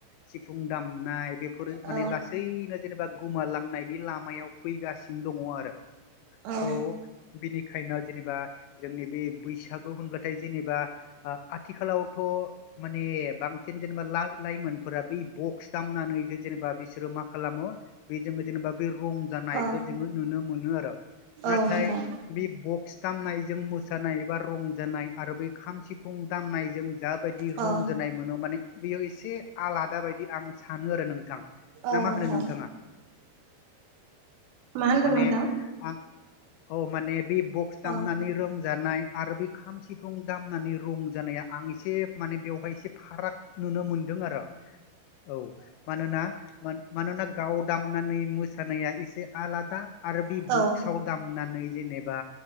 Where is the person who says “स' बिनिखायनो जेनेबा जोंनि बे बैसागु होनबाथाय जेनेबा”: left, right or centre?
Left